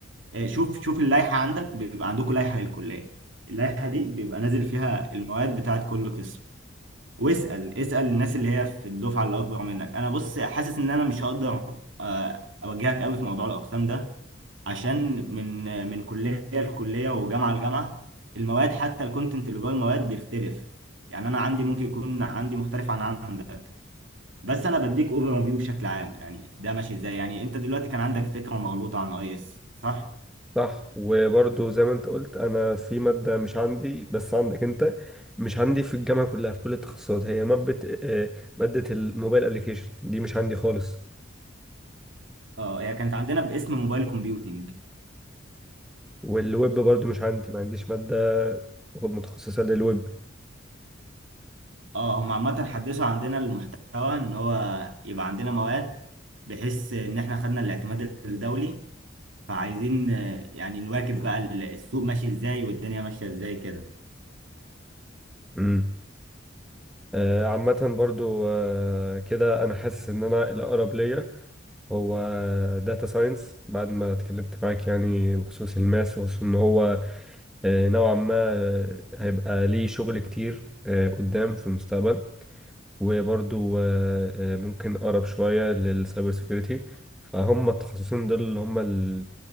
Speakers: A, on the right (about 80°); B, in the centre.
A: آه، شوف شوف اللائحة عندك بيبقى عندكم لائحة للكلية اللائحة دي بيبقى نازل فيها المواد بتاعت كل قسم واسأل اسأل الناس اللي هي في الدفعة اللي أكبر منك أنا بص حاسس إن أنا مش هقدر آه، أوجهك قوي في موضوع الأقسام ده عشان من من كلية لكلية وجامعة لجامعة المواد حتى الكونتنت اللي جوه المواد بيختلف يعني أنا عندي ممكن يكون عندي مختلف عن عندك بس أنا بديك أوفر فيو بشكل عام يعني ده ماشي إزاي يعني أنت دلوقتي كان عندك فكرة مغلوطة عن أي إس صح؟
B: صح وبرضه زي ما انت قلت انا في ماده مش عندي بس عندك انت مش عندي في الجامعه كلها في كل التخصصات هي ماده آه، ماده الموبايل ابلكيشن دي مش عندي خالص
A: اه هي كانت عندنا باسم موبايل كومبيوتنج
B: والويب برضه مش عندي ما عنديش ماده متخصصه للويب
A: اه هم عامة حدثوا عندنا المحتوى ان هو يبقى عندنا مواد بحيث ان احنا خدنا الاعتماد الدولي فعايزين آه، يعني نواكب بقى ال- السوق ماشي ازاي والدنيا ماشية ازاي كده
B: امم آه، عامه برضه آه، كده انا حاسس ان انا الاقرب ليا هو داتا ساينس بعد ما اتكلمت معاك يعني بخصوص الماس وخصوص ان هو آه، نوعا ما آه، هيبقى ليه شغل كتير آه، قدام في المستقبل وبرضو آه، آه، ممكن اقرب شويه للسايبر سيكيورتي فهم التخصصين دول اللي هم ال-